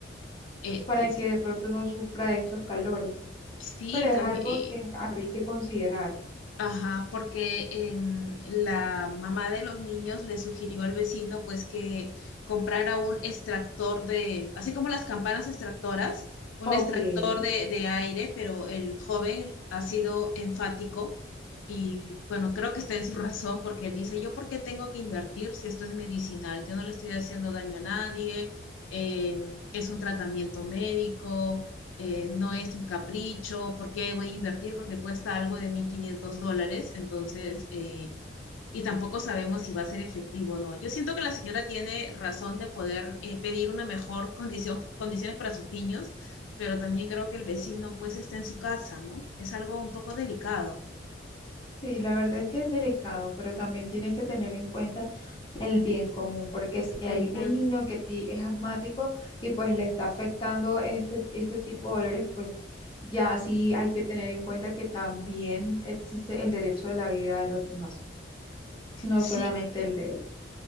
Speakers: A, on the left; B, on the left.
A: eh,
B: para
A: es-
B: que de pronto no sufra de estos calores.
A: sí,
B: Pero es
A: también,
B: algo que habría que considerar.
A: Ajá, porque em, la mamá de los niños le sugirió al vecino pues que comprara un extractor de, así como las campanas extractoras, un
B: Ok,
A: extractor
B: sí,
A: de, de aire, pero el joven ha sido enfático y bueno, creo que está en su razón porque él dice, yo por qué tengo que invertir si esto es medicinal, yo no le estoy haciendo daño a nadie, em, es un tratamiento médico eh, no es un capricho, ¿por qué voy a invertir? Porque cuesta algo de 1.500 dólares, entonces, eh, y tampoco sabemos si va a ser efectivo o no. Yo siento que la señora tiene razón de poder eh, pedir una mejor condición, condiciones para sus niños, pero también creo que el vecino pues está en su casa, ¿no? Es algo un poco delicado.
B: la verdad es que es delicado, pero también tienes que tener en cuenta el bien común, porque si hay
A: Ujú.
B: un niño que ti es asmático y pues le está afectando este, este tipo de dolores, pues ya sí hay que tener en cuenta que también existe el derecho de la vida de los demás, no
A: Sí,
B: solamente el de él.